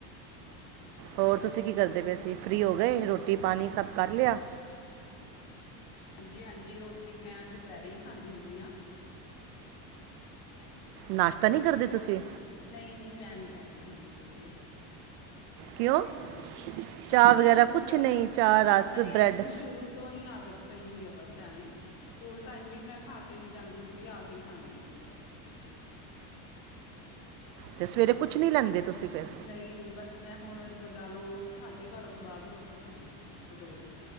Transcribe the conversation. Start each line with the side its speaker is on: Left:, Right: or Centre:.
Right: ਹੋਰ ਤੁਸੀਂ ਕੀ ਕਰਦੇ ਪਏ ਸੀ ਫਰੀ
Left: ਠੀਕ
Right: ਹੋ ਗਏ
Left: ਹੈ
Right: ਰੋਟੀ ਪਾਣੀ ਸਭ ਕਰ ਲਿਆ।
Left: ਹਾਂਜੀ-ਹਾਂਜੀ ਰੋਟੀ ਮੈਂ ਦੁਪੈਰੇ ਹੀ ਖਾਂਦੀ ਹੁੰਦੀ ਹਾਂ।
Right: ਨਾਸ਼ਤਾ ਨਈ ਕਰਦੇ ਤੁਸੀਂ
Left: ਨਈ-ਨਈ ਮੈਂ ਨਈ ਕਰਦੀ ਹੁੰਦੀ ਸਵੇਰੇ
Right: ਕਿਉਂ ਚਾਹ
Left: ਬਸ ਮੈਨੂੰ
Right: ਵਗੈਰਾ
Left: ਸ਼ੁਰੂ
Right: ਕੁਛ
Left: ਤੋਂ ਹੀ
Right: ਨਹੀਂ ਚਾਹ ਰਸ
Left: ਨਹੀਂ
Right: ਬ੍ਰੈੱਡ
Left: ਮੈਨੂੰ ਸ਼ੁਰੂ ਤੋਂ ਹੀ ਆਦਤ ਪਈ ਹੋਈ ਆ ਬਸ ਐਵੇਂ ਸਕੂਲ ਟਾਈਮ ਵੀ ਮੈਂ ਖਾ ਕੇ ਨਈ ਜਾਂਦੀ ਸੀਗੀ ਆ ਕੇ ਖਾਂਦੀ ਸੀ ਬਸ
Right: ਤੇ ਸਵੇਰੇ ਕੁਛ ਨਈ ਲੈਂਦੇ ਤੁਸੀਂ ਫਿਰ
Left: ਨਈ-ਨਈ ਬਸ ਮੈਂ ਹੁਣ ਲਗਾ ਲਓ ਸਾਢੇ ਬਾਰਾਂ ਤੋਂ ਬਾਅਦ ਰੋਟੀ ਖਾਂਊਗੀ ਇੱਕ ਕ ਵਜੇ